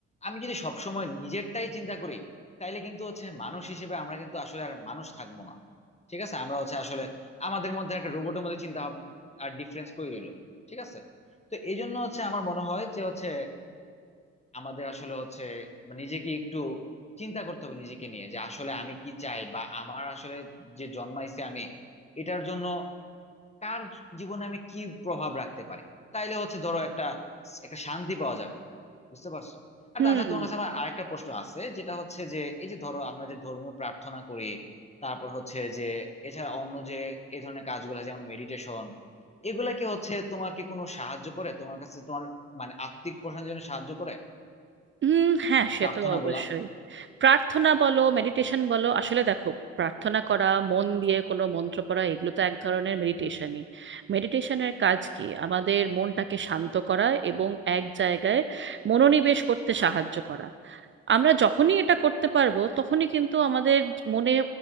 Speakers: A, on the left; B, on the right.
A: আমি যদি সবসময় নিজেরটাই চিন্তা করি তাইলে কিন্তু হচ্ছে মানুষ হিসেবে আমরা কিন্তু আসলে আর মানুষ থাকবো না ঠিক আছে আমরা হচ্ছে আসলে আমাদের মধ্যে একটা রোবটের মধ্যে চিন্তা ভাব- আর ডিফারেন্স করে রইলো ঠিক আছে তো এই জন্য হচ্ছে আমার মনে হয় যে হচ্ছে আমাদের আসলে হচ্ছে মানে নিজেকে একটু চিন্তা করতে হবে নিজেকে নিয়ে যে আসলে আমি কি চাই বা আমার আসলে যে জন্মাইছে আমি এটার জন্য কার জীবনে আমি কি প্রভাব রাখতে পারি তাইলে হচ্ছে ধরো একটা একটা শান্তি পাওয়া যাবে বুঝতে পারছো আর
B: হুম
A: তাছাড়া তোমার কাছে আমার আরেকটা প্রশ্ন আছে যেটা হচ্ছে যে এই যে ধরো আমরা যে ধর্মীয় প্রার্থনা করি তারপর হচ্ছে যে এছাড়া অন্য যে এই ধরনের কাজগুলো আছে, যেমন মেডিটেশন এগুলা কি হচ্ছে তোমাকে কোনো সাহায্য করে তোমার কাছে তোমার মানে আত্মিক প্রশান্তির জন্য সাহায্য করে
B: হুম হ্যাঁ সে
A: প্রার্থনাগুলা
B: তো অবশ্যই প্রার্থনা বলো মেডিটেশন বলো আসলে দেখো প্রার্থনা করা মন দিয়ে কোনো মন্ত্র পড়া এগুলো তো এক ধরনের মেডিটেশনই মেডিটেশনের কাজ কি আমাদের মনটাকে শান্ত করা এবং এক জায়গায় মনোনিবেশ করতে সাহায্য করা আমরা যখনই এটা করতে পারবো তখনই কিন্তু আমাদের মনে